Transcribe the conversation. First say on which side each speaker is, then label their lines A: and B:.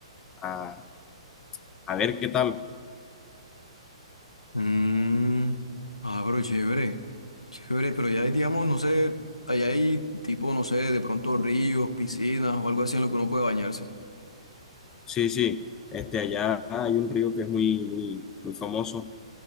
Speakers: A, on the left; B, on the left.
A: a, a ver qué tal.
B: Mm, ah, pero chévere, chévere, pero ya hay, digamos, no sé, allá hay tipo, no sé, de pronto ríos, piscinas o algo así en lo que uno puede bañarse.
A: Sí, sí. Este, allá hay un río que es muy, muy, muy famoso